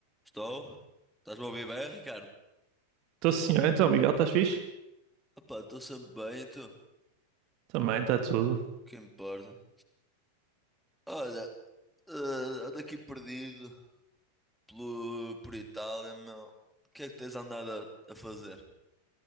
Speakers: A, in the centre; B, on the right.
A: Estou? Estás-me a ouvir bem, Ricardo?
B: Estou sim, senhor. Então, Miguel, estás fixe?
A: Epá, estou sempre bem, e tu? O
B: Também, está tudo.
A: que importa? Olha, eh, ando aqui perdido pelo, por Itália, meu. O que é que tens andado a, a fazer?